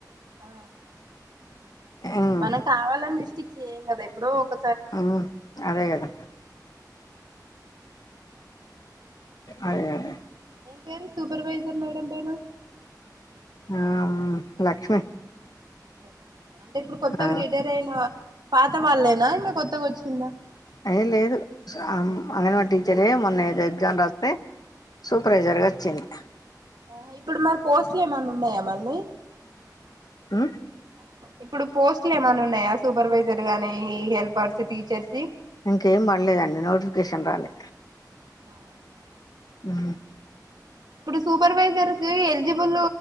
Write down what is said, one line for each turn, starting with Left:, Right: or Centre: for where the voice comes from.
Right: ఆ
Left: ఉమ్
Right: మనం కావాలని ఇస్త క్స్ చే ఏం కదా ఇప్పుడు ఒక
Left: ఆ అదే కదా అదే అదే
Right: ఏం పేరు సూపర్వైజర్ మేడం పేరు
Left: ఆ లక్ష్మి
Right: చ్చమ అంటే ఇప్పుడు కొత్తగా
Left: ఆ
Right: రీడర్ అయిన పాత వాళ్ళేనా ఇమె కొత్తగా వచ్చిందా
Left: అ లేదు అంగన్వాడి టీచరే మొన్న ఎగ్జామ్ రాస్తే సూపర్వైజర్ గా వచ్చింది
Right: ఆ ఇప్పుడు మరి పోస్ట్లు ఏమన్నా ఉన్నాయా మళ్ళి
Left: ఆమ్
Right: ఇప్పుడు పోస్ట్లు ఏమైన్నా ఉన్నాయా సూపర్వైజర్ గానీ హెల్పర్స్ టీచర్స్
Left: ఇంకేం పడలేదండి నోటిఫికేషన్ రాలే
Right: ఆహా
Left: ఆ హుమ్
Right: ఇప్పుడు సూపర్వైజర్ ఎలిజిబల్